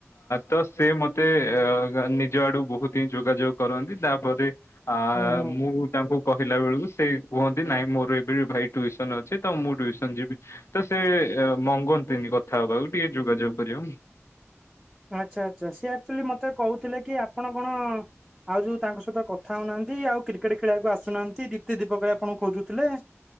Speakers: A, on the left; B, in the centre.
A: ତ ସେି ମତେ ନିଜ ଆଡୁ ବହୁତ ହିଁ ଯୋଗାଯୋଗ କରନ୍ତି ତାପରେ ଆ
B: ହୁଁ
A: ମୁଁ ତାଙ୍କୁ କହିଲା ବେଳକୁ ସେ କୁହନ୍ତି ନାଇଁ ମୋର ଏବେ ଭାଇ ଟ୍ୟସନ ଅଛି ତ ମୁଁ ଟ୍ୟସନ ଯିବି ତ ସେ ମଙ୍ଗନ୍ତିନି କଥା ହବା ଆଉ ଟିକେ ଯୋଗାଯୋଗ କର
B: ଆଚ୍ଛା ଆଚ୍ଛା ସିଏ ଆଚୁଆଲି ମତେ କହୁଥିଲେ କି ଆପଣ କଣ ଆଉ ଯୋଉ ତାଙ୍କ ସହିତ କଥା ହଉନାହାନ୍ତି ଆଉ କ୍ରିକେଟ ଖେଳିବାକୁ ଆସୁନାହାନ୍ତି ଦୀପ୍ତି ଦୀପକ ଆପଣଙ୍କୁ ଖୋଜୁଥିଲେ